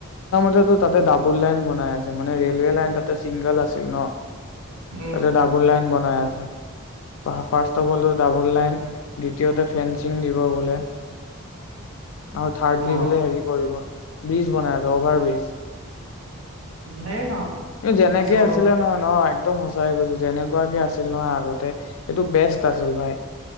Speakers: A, on the left; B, on the right.
A: টো তাতে ডাবুল লাইন বনাই আছে মানে ৰেলৱে লাইন তাতে চিংগল আছিল ন।
B: উম
A: তাতে ডাবুল লাইন বনাই আছে। ফাৰ্ষ্ট অফ অলটো ডাবল লাইন দ্বিতীয়তে ফেন্সিং দিব বোলে। আৰু থাৰ্ডলি
B: অ
A: বোলে হেৰি কৰিব? ব্ৰিজ বনায় আছে অভাৰ ব্ৰিজ।
B: সেয়ে কাম
A: যেনেকে
B: দিছে মানে
A: আছিলে নহয় নহয় একদম সঁচাই কৈছো যেনেকুৱাকে আছিল নহয় আগতে সেইটো বেষ্ট আছিল ভাই।